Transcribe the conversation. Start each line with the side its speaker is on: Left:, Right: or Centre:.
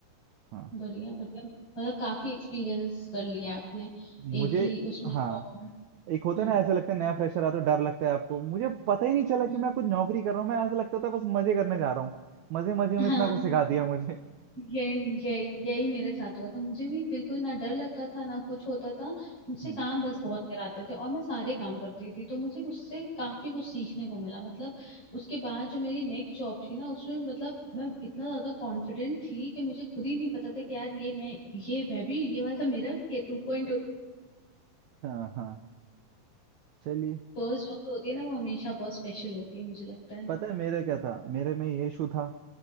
Right: हाँ
Left: बढ़िया बढ़िया मतलब काफी एक्सपीरियंस कर लिया आपने
Right: मुझे
Left: एक ही उसमें जॉब
Right: हाँ
Left: में।
Right: एक होता
Left: हम्म
Right: है ना ऐसे लगता है नया फ्रेशर आता है तो डर लगता है आपको मुझे पता ही नहीं चला कि
Left: हम्म
Right: मैं कुछ नौकरी कर रहा हूँ मैं ऐसा लगता था बस मजे करने जा रहा हूँ मजे मजे में
Left: हाँ
Right: इतना कुछ सिखा दिया मुझे
Left: यही यही यही मेरे साथ हुआ था मुझे भी बिल्कुल ना डर लगता था ना कुछ होता था मुझसे
Right: हम्म,
Left: काम बस बहुत कराते थे और मैं सारे काम करती थी तो मुझे उससे काफी कुछ सीखने को मिला मतलब उसके बाद जो मेरी नेक्स्ट जॉब थी ना उसमें मतलब मैं इतना ज्यादा कॉन्फिडेंट थी कि मुझे खुद ही नहीं पता था कि यार ये मैं ये मैं भी ये वाला मेरा भी, ये टू पॉइंट
Right: हाँ हाँ चलिए
Left: फर्स्ट जॉब तो होती है ना वो हमेशा बहुत स्पेशल होती है मुझे लगता है
Right: पता है मेरा क्या था मेरे में ये इशू था